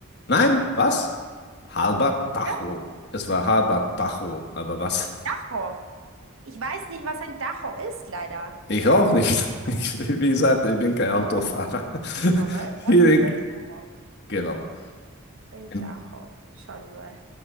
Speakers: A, on the left; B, on the right.
A: Nein, was? Halber Tacho.
B: Ja,
A: Es war halber Tacho, aber was?
B: Dacho. Ich weiß nicht, was ein Dacho ist, leider.
A: Ich auch nicht. <laughs> Ich, wie gesagt, ich bin kein Autofahrer.
B: Ich, ich
A: <laughs>
B: schau mal,
A: Vielen,
B: was ist ein Dacho?
A: genau.
B: Ein
A: Im-
B: Dacho. Schauen wir mal.